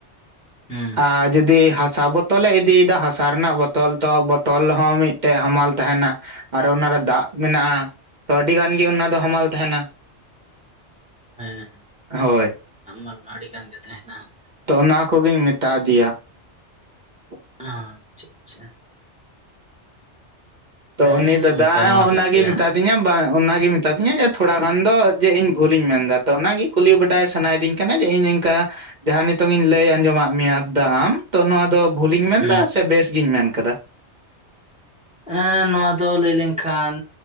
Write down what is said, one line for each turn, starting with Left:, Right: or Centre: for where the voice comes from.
Centre: ᱦᱩᱸ
Right: ᱟᱨ ᱡᱩᱫᱤ ᱦᱟᱥᱟ ᱵᱟᱹᱛ ᱛᱚᱞᱮ ᱤᱫᱤᱭᱫᱟ ᱦᱟᱥᱟ ᱨᱮᱱᱟᱜ ᱵᱚᱛᱚᱞ ᱛᱚ ᱵᱚᱛᱚᱞ ᱦᱚᱸ ᱢᱤᱫᱴᱮᱡ ᱦᱟᱢᱟᱞ ᱛᱟᱦᱮᱱᱟ᱾ ᱟᱨᱚ ᱚᱱᱟᱨᱮ ᱫᱟᱜ ᱢᱮᱱᱟᱜ-ᱟ ᱛᱚ ᱟᱹᱰᱤ ᱜᱟᱱ ᱜᱮ ᱚᱱᱟ ᱫᱚ ᱦᱟᱢᱟᱞ ᱛᱟᱦᱮᱱᱟ
Centre: ᱦᱮᱸ ᱦᱮᱸ
Right: ᱦᱳᱭ
Centre: ᱦᱟᱢᱢᱟᱞ ᱢᱟ ᱟᱰᱤ ᱜᱟᱱ ᱜᱮ ᱛᱟᱦᱮᱱᱟ
Right: ᱛᱚ ᱚᱱᱟ ᱠᱚᱜᱤᱧ ᱢᱮᱛᱟ ᱫᱮᱭᱟ <inaudible>
Centre: ᱟᱪᱪᱷᱟ ᱟᱪᱪᱷᱟ
Right: ᱛᱚ
Centre: ᱦᱮᱸ
Right: ᱩᱱᱤ ᱫᱟᱫᱟ
Centre: ᱚᱱᱠᱟ ᱢᱟ
Right: ᱚᱱᱟᱜ
Centre: ᱦᱩᱭᱩᱜ ᱜᱮᱭᱟ
Right: ᱜᱮ ᱢᱮᱛᱟ ᱫᱤᱧᱟ ᱵᱟᱝ ᱚᱱᱟᱜᱮ ᱢᱮᱛᱟᱫᱤᱧᱟ ᱡᱮ ᱛᱷᱚᱲᱟ ᱜᱟᱱ ᱫᱚ ᱡᱮ ᱤᱧ ᱵᱷᱩᱞᱤᱧ ᱢᱮᱱ ᱫᱟ ᱛᱚ ᱚᱱᱟᱜᱮ ᱠᱩᱞᱤ ᱵᱟᱰᱟᱭ ᱥᱟᱱᱟᱭᱮᱫᱤᱧ ᱡᱮ ᱤᱧ ᱮᱝᱠᱟ ᱡᱟᱦᱟᱸ ᱱᱤᱛᱚᱝ ᱤᱧ ᱞᱟᱹᱭ ᱟᱸᱡᱚᱢᱟᱜ ᱢᱮᱭᱟ ᱫᱫᱟ ᱛᱚ ᱱᱚᱣᱟ ᱫᱚ ᱵᱷᱩᱞᱤᱧ ᱢᱮᱱᱫᱟ
Centre: ᱦᱩᱸ
Right: ᱥᱮ ᱵᱮᱥ ᱜᱤᱧ ᱢᱮᱱ ᱠᱟᱫᱟ?
Centre: ᱮᱸ ᱱᱚᱣᱟ ᱫᱚ ᱞᱟᱹᱭ ᱞᱮᱝᱠᱷᱟᱱ